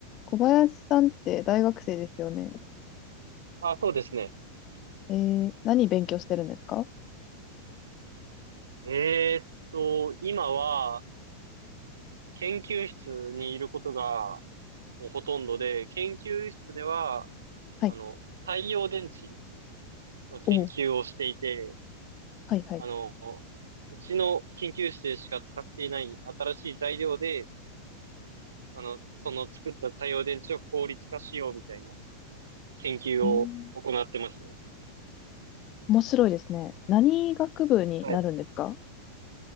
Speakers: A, on the left (about 35°); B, on the right (about 70°).
A: 小林さんって大学生ですよね。
B: あ、そうですね。
A: えー、何勉強してるんですか
B: えーっと、今は研究室にいることがもうほとんどで、研究室では、
A: はい。
B: あの、太陽電池の研究をしていて、
A: おおはいはい。
B: あの、うちの研究室でしか使っていない新しい材料で、あの、その作った太陽電池を効率化しようみたいな研究を行ってますね。
A: えー、面白いですね。何学部になるんですか
B: はい。